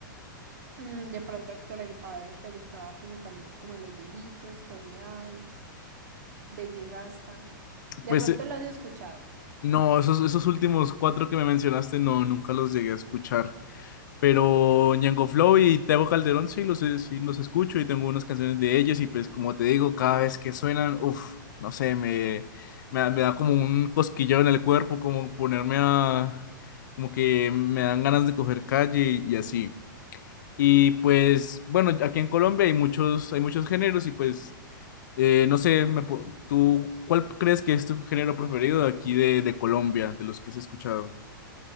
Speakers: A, on the right; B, on the left.
A: Mm, de pronto Héctor El Fader te gustaba, que ese también es como de los viejitos, Tony Dice, Baby Rasta. De
B: Pues
A: pronto
B: eh,
A: lo has escuchado.
B: no, esos, esos últimos cuatro que me mencionaste, no, nunca los llegué a escuchar. Pero Ñengo Flow y Tego Calderón sí los, sí los escucho y tengo unas canciones de ellos y pues como te digo, cada vez que suenan, uff, no sé, me, me, da me da como un cosquilleo en el cuerpo, como ponerme a, como que me dan ganas de coger calle y, y así. Y pues bueno, aquí en Colombia hay muchos, hay muchos géneros y pues eh, no sé, me po- ¿tú cuál crees que es tu género preferido de aquí de, de Colombia, de los que has escuchado?